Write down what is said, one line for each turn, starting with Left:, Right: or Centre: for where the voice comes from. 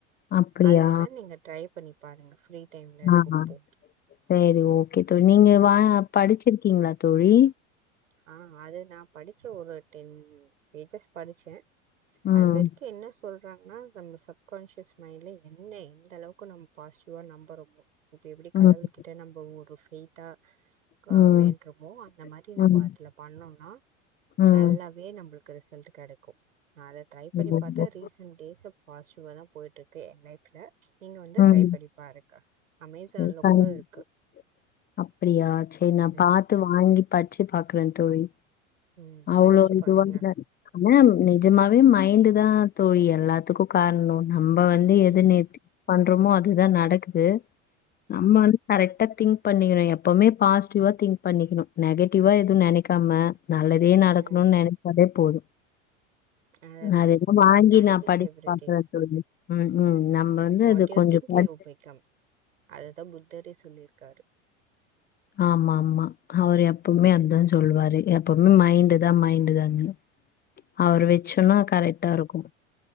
Left: அப்படியா
Right: அத வேணா நீங்க ட்ரை பண்ணி பாருங்க ஃப்ரீ டைம்ல இருக்கப்போ
Left: ஹஹ செரி ஓகே தோழி நீங்க வா படிச்சிருக்கீங்களா தோழி
Right: ஆஹ் அது நான் படிச்சேன் ஒரு டென் பேஜஸ் படிச்சேன்
Left: ம்.
Right: அதுவரைக்கு என்ன சொல்றாங்கன்னா நம்ம சப்கான்சியஸ் மைண்ட்ல என்ன எந்த அளவுக்கு நம்ம பாசிட்டிவா நம்புறோமோ இப்ப எப்டி
Left: ம்.
Right: கடவுள் கிட்ட நம்ப ஒரு <unintelligible> க்க
Left: ம்.
Right: வேண்டுமோ அந்த மாரி
Left: ம்.
Right: நம்ம பண்ணும்னா
Left: ம்.
Right: நல்லாவே நம்புள க்கு ரிசல்ட் கெடைக்கு நா அத ட்ரை
Left: ம்.
Right: பண்ணி பாத்தே ரீசன்ட் டேஸ்ல பாசிட்டிவாதா போயிட்ருக் க்கு என் லைஃப்ல நீங்க வந்து
Left: உம்
Right: ட்ரை பண்ணி பாருங்க அமேசான்ல
Left: சரி <unintelligible>
Right: கூட இருக்கு
Left: அப்படியா சரி நா
Right: ம்
Left: பாத்து வாங்கி படிச்சு பாக்குறே தோழி
Right: ம்
Left: அவ்ளோ
Right: படிச்சு
Left: இதுவா
Right: பாருங்க
Left: ஆனா நிஜமாவே மைண்டு தா தோழி எல்லாத்துக்கு காரணோ நம்ம வந்து எது
Right: ம்
Left: நெத் பன் அப்பறமோ அது தா நடக்குது நம்ம வந்து கரக் திங்க் பண்ணிக்கணு எப்மே பாசிடிவா திங்க் பண்ணிக்கணு நெகிடிவா எது நெனைக்காம நல்லது இதே நடக்கணுனு
Right: ம்
Left: நெனைப்பதே போதும்
Right: அதுதா
Left: அதெல்லா வாங்கி
Right: மைண்ட்
Left: நா
Right: இஸ்
Left: படிச்சு
Right: எவ்ரி
Left: பாக்குற
Right: திங்
Left: தோலி ம் ம். நம்ம வந்து
Right: வாட்
Left: அது
Right: யூ
Left: கொஞ்சம்
Right: திங்க்
Left: படிச்சு
Right: யூ பிகம் அத தா புத்தரே சொ சொல்லிருக்காரு
Left: ஆமா ஆமா அவரு எப்மே அத தான் சொல்லுவாரு எப்மே மைண்டு தா மைண்டு் தானு அவரு வெச்சோனோ கரெட்டா இருக்கு